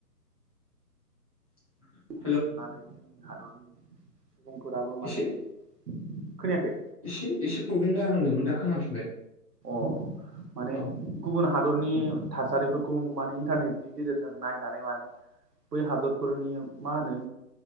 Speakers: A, on the right (about 25°); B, on the right (about 75°).
A: <inaudible>
B: नुनानै जोंनि हादरनि सुबुंफोराबो माने
A: एसे
B: खोनायाखै
A: एसे एसे प्रब्लेम जाहांदोंमोन दा खोनाफिनबाय
B: अ माने
A: औ
B: गुबुन हादर हादरनि थासारिफोरखौ माने इन्टारनेटनि गेजेरजों नायनानै माने बै हादरफोरनि मा होनो